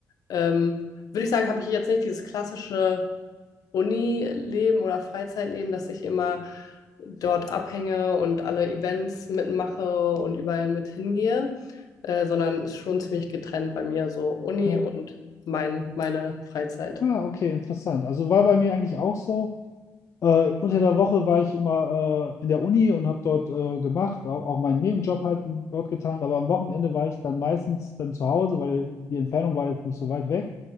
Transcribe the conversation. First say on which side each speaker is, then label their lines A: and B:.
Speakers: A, on the left (about 70°); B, on the left (about 50°).
A: ähm, würde ich sagen, habe ich jetzt nicht dieses klassische Uni-Leben oder Freizeitleben, dass ich immer dort abhänge und alle Events mitmache und überall mit hingehe, äh, sondern ist schon ziemlich getrennt bei mir, so Uni
B: ja.
A: und mein, meine Freizeit.
B: Ah, okay, interessant. Also war bei mir eigentlich auch so. Äh, unter der Woche war ich immer äh, in der Uni und habe dort äh, gemacht, auch, auch meinen Nebenjob halt dort getan. Aber am Wochenende war ich dann meistens dann zu Hause, weil die Entfernung war jetzt nicht so weit weg,